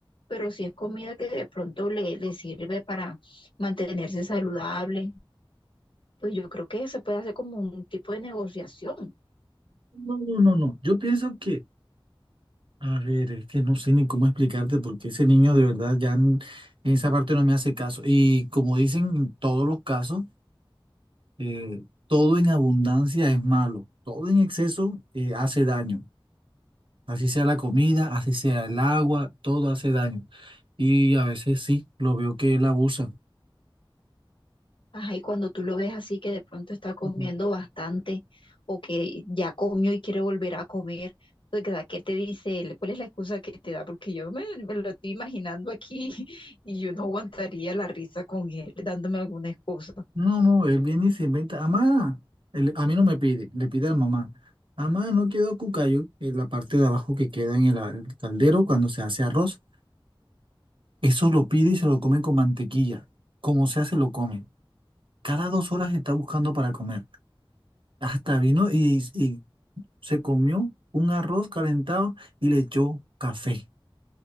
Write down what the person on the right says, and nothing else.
No, no, no, no. Yo pienso que A ver, es que no sé ni cómo explicarte porque ese niño de verdad ya en, en esa parte no me hace caso. Y como dicen en todos los casos, eh, todo en abundancia es malo, todo en exceso eh, hace daño. Así sea la comida, así sea el agua, todo hace daño. Y a veces sí, lo veo que él abusa.
Ujú.
No, no, él viene y se inventa. Amá, él- a mí no me pide, le pide a mamá. Amá, no quedó cucayo, en la parte de abajo que queda en el, a- el caldero cuando se hace arroz. Eso lo pide y se lo comen con mantequilla. Como sea, se lo comen. Cada dos horas está buscando para comer. Hasta vino y, y se comió un arroz calentado y le echó café.